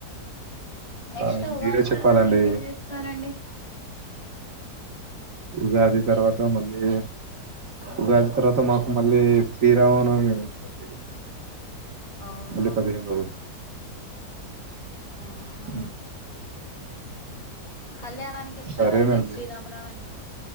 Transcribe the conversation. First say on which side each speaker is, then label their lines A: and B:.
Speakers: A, on the left; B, on the right.
A: నెక్స్ట్
B: ఆ!
A: ఉగాది
B: మీరే చెప్పాలండి.
A: తర్వాత ఇంకేం చేస్తారండి
B: ఉగాది తర్వాత మళ్ళీ ఉగాది తర్వాత మాకు మళ్ళీ శ్రీరామనవమి ఉంటదండి
A: అవునా
B: మళ్ళీ పదె ఆలోవిల్చు
A: ఆహా
B: ఉ
A: కళ్యాణానికి ఎళ్తారా
B: సరేనండి.
A: అండి శ్రీరామనవమి